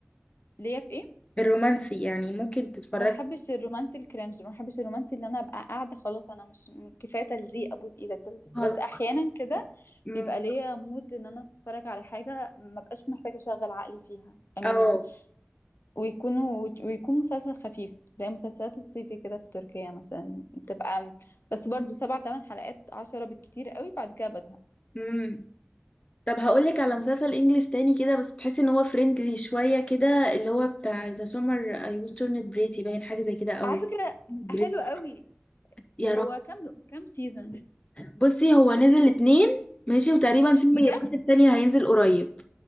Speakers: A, on the left; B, on the left.
A: في ايه
B: الرومانسي يعني ممكن تتفرجي
A: ما بحبش الرومانسي الكرنج ما بحبش الرومانسي اللي انا ابقى قاعده خلاص انا مش كفايه تلزيق ابوس ايدك بس بس
B: خالص
A: احيانا كده
B: مم.
A: بيبقى ليا مود ان انا اتفرج على حاجه ما بقاش محتاجه اشغل عقلي فيها يعني
B: اه
A: م- ويكونوا ويكون مسلسل خفيف زي مسلسلات الصيفي كده في تركيا مثلا بتبقى م- بس برضو سبع تمن حلقات عشرة بالكتير قوي بعد كده بزهق
B: امم طب هقولك على مسلسل انجليش تاني كده بس تحسي ان هو فريندلي شويه كده اللي هو بتاع ذا سمر اي واز تورنت بريتي باين حاجه زي كده او
A: على فكره
B: بريت.
A: حلو قوي
B: يا
A: هو كام كام سيزون
B: بصي هو نزل اتنين ماشي وتقريبا في
A: بجد
B: واحد تاني هينزل قريب